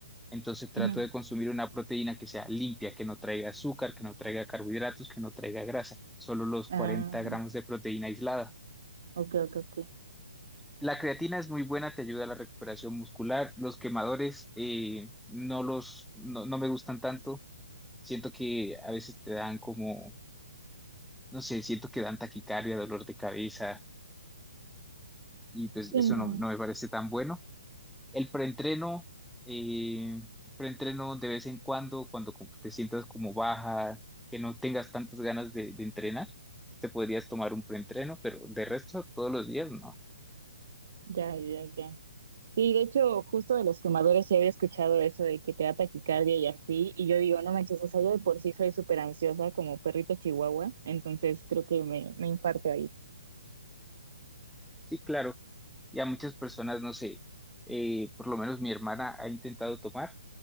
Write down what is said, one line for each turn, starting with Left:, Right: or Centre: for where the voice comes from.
Centre: entonces trato
Right: Ujú.
Centre: de consumir una proteína que sea limpia, que no traiga azúcar, que no traiga carbohidratos, que no traiga grasa, solo los
Right: Ah,
Centre: 40 gramos de proteína aislada.
Right: Ok, ok, ok.
Centre: La creatina es muy buena, te ayuda a la recuperación muscular. Los quemadores eh, no los no, no me gustan tanto Siento que a veces te dan como, no sé, siento que dan taquicardia, dolor de cabeza y pues
Right: Sí,
Centre: eso
Right: no,
Centre: no, no me parece tan bueno. El preentreno, eh, preentreno de vez en cuando, cuando como te sientas como baja, que no tengas tantas ganas de, de entrenar, te podrías tomar un preentreno, pero de resto todos los días no.
Right: ya, ya, ya. Sí, de hecho, justo de los quemadores sí había escuchado eso de que te da taquicardia y así, y yo digo, no manches, o sea, yo de por sí soy súper ansiosa como perrito chihuahua, entonces creo que me, me infarto ahí.
Centre: Sí, claro. ya muchas personas, no sé, eh, por lo menos mi hermana ha intentado tomar